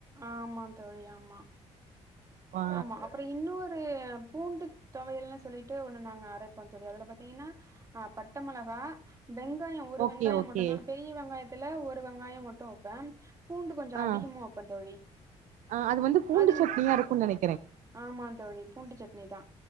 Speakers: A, on the right; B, on the right.
A: ஆமா தோழி ஆமா
B: ஆ
A: ஆமா அப்பற இன்னொரு பூண்டு தொவையல்னு சொல்லிட்டு ஒன்னு நாங்க அரைப்போ தோழி அதுல பாத்தீங்கின்னா ஆ பட்ட மெளகா வெங்காயோ ஒரு
B: ஓகே
A: வெங்காயோ
B: ஓகே
A: மட்டுந்தா பெரிய வெங்காய த்துல ஒரு வெங்காயோ மட்டு வெப்பே பூண்டு கொஞ்சு
B: ஆ
A: அதிகமா வெப்பத் தோழி
B: ஆ அது வந்து பூண்டு
A: அதிக
B: சட்னியா இருக்குன் நெனை
A: ஆமா தோழி பூண்டு சட்னி தா